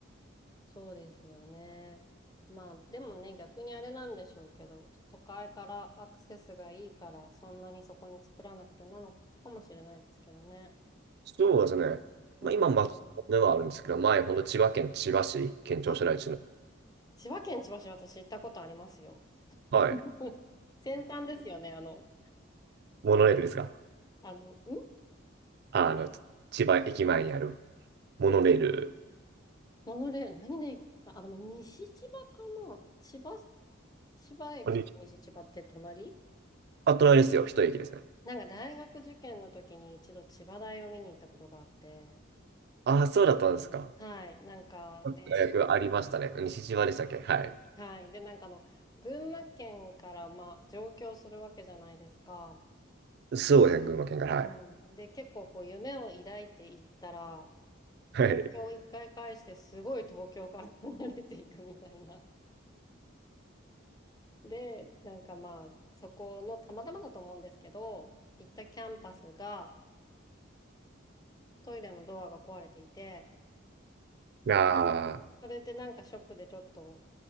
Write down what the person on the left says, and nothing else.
そうですよね。まあ、でもね、逆にあれなんでしょうけど、都会からアクセスがいいから、そんなにそこに作らなくてなのかもしれないですけどね。
うん。
あ、千葉県千葉市、私行ったことありますよ。
<laughs> 先端ですよね、あの、
あの、ん
モノレール、何で行ったあ、でも西千葉かな千葉、千葉駅と西千葉って隣
なんか大学受験の時に一度千葉大を見に行ったことがあって、
はい、なんか、で、
はい、で、なんかあの、群馬県から、まあ、上京するわけじゃないですか。
うん。
で、結構こう、夢を抱いて行ったら、
東京一回返してすごい東京から <laughs> 離れていくみたいな。で、なんかまあそこのたまたまだと思うんですけど、行ったキャンパスがトイレのドアが壊れていて、
それでなんかショックでちょっと